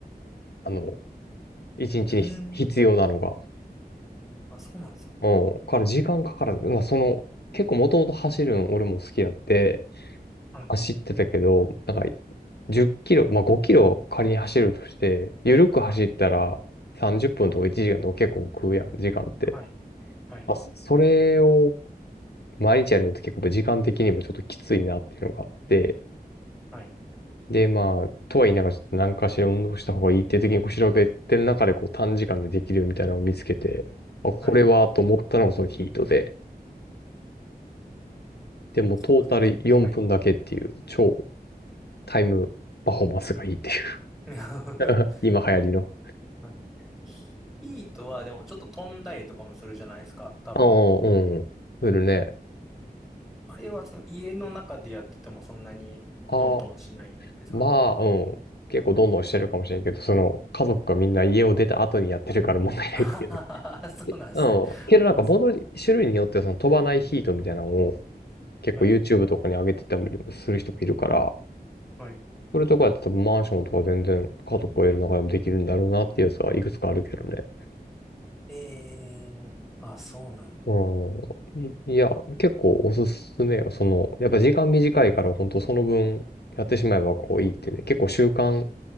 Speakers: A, on the left (about 85°); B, in the centre.
A: あの、1日にちにひ必要なのが。
B: うーん。あ、そうなんですか。
A: うん。から時間かからず、まあその、結構もともと走るん俺も好きやって、
B: はい。
A: 走ってたけど、なんか10キロ、まあ5キロ仮に走るとして、緩く走ったら30分とか1時間とか結構食うやん、
B: はい。
A: 時間って。
B: はい。はい。
A: まあ、そそれを毎日やるのって結構時間的にもちょっときついなっていうのがあって、
B: はい。
A: で、まあ、とは言いながら、ちょっと何かしら運動した方がいいっていう時に、こう、調べての中で、こう、短時間でできるみたいなのを見つけて、あ、これは、
B: はい
A: と思ったのがそのヒートで、でも、
B: そう。
A: トータル4分だけっていう、
B: はい。
A: 超タイムパフォーマンスがいいってい
B: <laughs>
A: う <laughs> 今流行りの。
B: はい。ヒートはでもちょっと飛んだりとかもするじゃないですか、多分。
A: ああ、うん。するね。
B: あれはその家の中でやっててもそんなにどんどんしないんですかね。
A: ああ、まあ、うん。結構どんどんしてるかもしれんけど、その、家族がみんな家を出た後にやってるから問題ないっていう。
B: ああ、そうなんですね。
A: <laughs> うん。けどなんか、
B: あ、そっか。
A: ボードに種類によってはその飛ばないヒートみたいなのを結構
B: はい。
A: YouTube とかに上げてたりもする人もいるから、
B: はい。
A: それとかやって多分マンションとか全然家族を得る中でもできるんだろうなっていうやつはいくつかあるけどね。
B: えー、あ、そうなの。
A: うん。いいや、結構おすすめよ。その、やっぱ時間短いから本当その分やってしまえばこういいってね、結構習慣